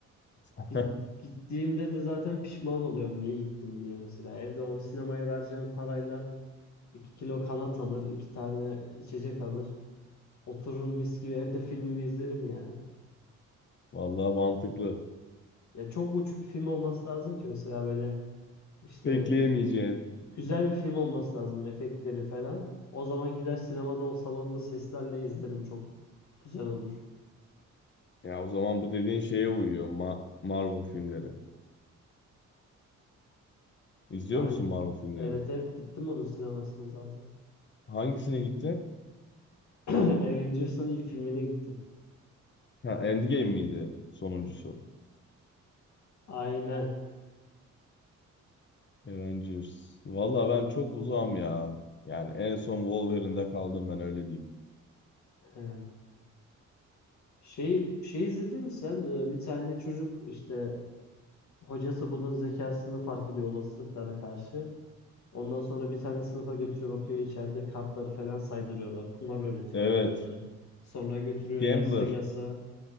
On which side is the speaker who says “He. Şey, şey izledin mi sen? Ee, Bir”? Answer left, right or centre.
Left